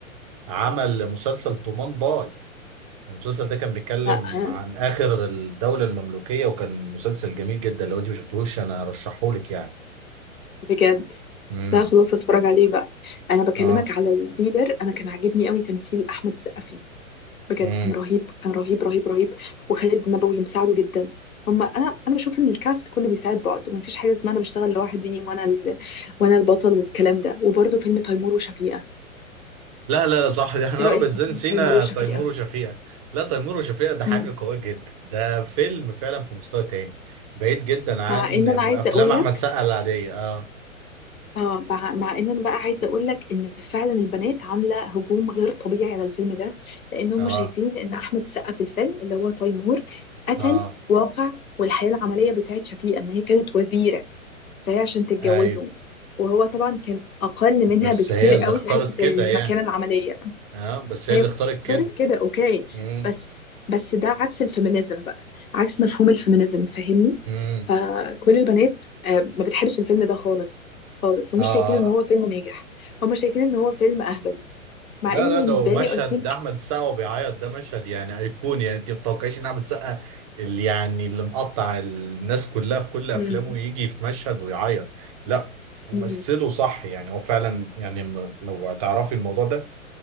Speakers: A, on the right; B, on the left.
A: عمل مسلسل طومان باي المسلسل ده كان بيتكلم
B: لا آه.
A: عن آخر الدولة المملوكية وكان مسلسل جميل جدا لو انت ما شفتهوش انا ارشحهولك يعني
B: بجد
A: امم
B: لا خلاص اتفرج عليه بقى انا بكلمك
A: اه
B: على الديلر انا كان عاجبني قوي تمثيل احمد السقا فيه بجد
A: امم
B: كان رهيب كان رهيب رهيب رهيب وخالد النبوي مساعده جدا هما انا انا بشوف ان الكاست كله بيساعد بعض مفيش حاجه اسمها انا بشتغل لوحدي وانا ال... وانا البطل والكلام ده وبرده فيلم تيمور وشفيقه
A: لا لا لا صح دي احنا
B: ايه رايك
A: ربط زين
B: في فيلم
A: سينا
B: تيمور وشفيقه
A: تيمور وشفيقة لا تيمور وشفيقة ده حاجة
B: مم.
A: قوية جدا ده فيلم فعلا في مستوى تاني بعيد جدا عن
B: مع ان انا عايزه
A: افلام
B: اقول
A: احمد
B: لك
A: سقا العادية اه
B: اه مع مع ان انا بقى عايزه اقول لك ان فعلا البنات عامله هجوم غير طبيعي على الفيلم ده لان هم
A: اه
B: شايفين ان احمد السقا في الفيلم اللي هو تيمور قتل
A: اه
B: واقع والحياه العمليه بتاعت شفيقه ان هي كانت وزيره بس هي عشان تتجوزه
A: ايوه
B: وهو طبعا كان اقل
A: بس
B: منها بكتير
A: هي اللي
B: قوي
A: اختارت
B: في حته
A: كده
B: المكانه
A: يعني
B: العمليه
A: اه بس
B: هي
A: هي اللي
B: اختارت
A: اختارت كده
B: كده اوكي
A: امم
B: بس بس ده عكس الفيمينيزم بقى عكس مفهوم الفيمينيزم فاهمني
A: امم
B: فكل البنات آه، ما بتحبش الفيلم ده خالص خالص ومش
A: اه
B: شايفين ان هو فيلم ناجح هم شايفين ان هو فيلم اهبل مع
A: لا
B: ان
A: لا
B: بالنسبه
A: ده مشهد
B: لي I think
A: ده احمد السقا وهو بيعيط ده مشهد يعني ايقوني يعني انت ما بتتوقعيش ان احمد السقا اللي يعني اللي مقطع الناس كلها في كل افلامه
B: مم،
A: يجي في مشهد ويعيط لا ومثله
B: مم.
A: صح يعني هو فعلا يعني م- لو هتعرفي الموضوع ده